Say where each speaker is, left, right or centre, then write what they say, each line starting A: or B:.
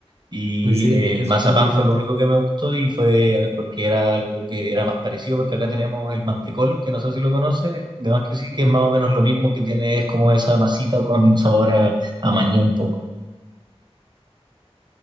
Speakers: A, on the right; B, on the right.
A: Y
B: Pues sí,
A: el
B: es
A: mazapán
B: puro picante.
A: fue lo único que me gustó y fue porque era algo que era más parecido, porque acá tenemos el mantecol, que no sé si lo conoce, de más que sí, que es más o menos lo mismo que tiene, es como esa masita con sabor a, a maní un poco.